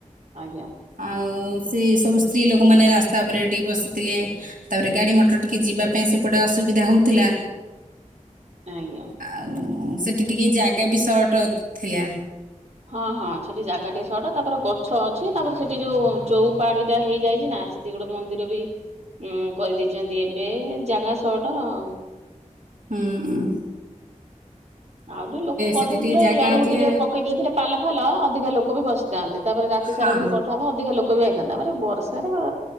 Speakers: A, on the right; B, on the right.
A: ଆଜ୍ଞା।
B: ଆଉ ସେ ସବୁ ସ୍ତ୍ରୀ ଲୋକମାନେ ରାସ୍ତା ଉପରେ ଟିକେ ବସିଥିଲେ। ତାପରେ ଗାଡି ମଟର ଟିକେ ଯିବା ପାଇଁ ସେପଟେ ଅସୁବିଧା ହଉଥିଲା।
A: ଆଜ୍ଞା।
B: ଆଉ ସେଠି ଟିକେ ଜାଗା ବି ସର୍ଟ ଥିଲା।
A: ହଁ ହଁ ସେଠି ଜାଗା ଟେ ସଟ ତାପରେ ଗଛ ଅଛି ତାପରେ ସେଠି ଯୋଉ ଚଉପାଡି ଟା ହେଇଯାଇଛି ନା ସେଠି ଗୋଟେ ମନ୍ଦିର ବି ଉଁ କରିଦେଇଛନ୍ତି ଏବେ ଜାଗା ସଟ ଆଉ।
B: ହୁଁ ଉଁ।
A: ଆଉ ଟିକେ ଲୋକ କରିଦେଇଥିଲେ
B: ସେଠି ଟିକେ ଜାଗା
A: ଇଆଡୁକୁ
B: ଥିଲେ
A: ଟିକେ ପକେଇ ଦେଇଥିଲେ ପାଲ ଫାଲ ଅଧିକା ଲୋକ ବି ବସିଥାନ୍ତେ ତାପରେ ରାତି
B: ହଁ
A: ସାରା ଯଦି ତାଠୁ ଅଧିକା ଲୋକ ବି ଆଇଥାନ୍ତେ ତାପରେ ବର୍ଷାରେ